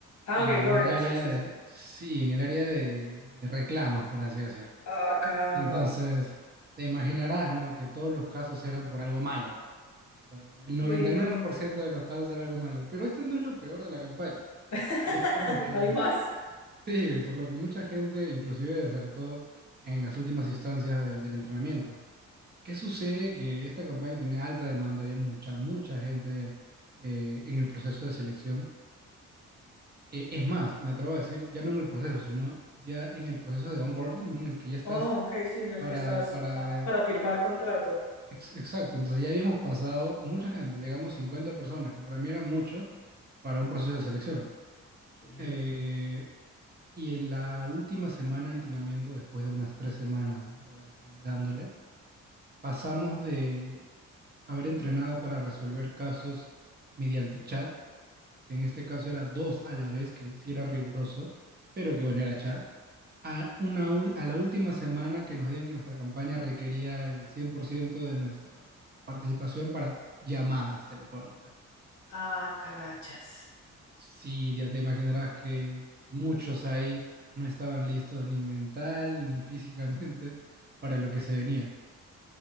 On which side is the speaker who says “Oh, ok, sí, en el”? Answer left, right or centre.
Left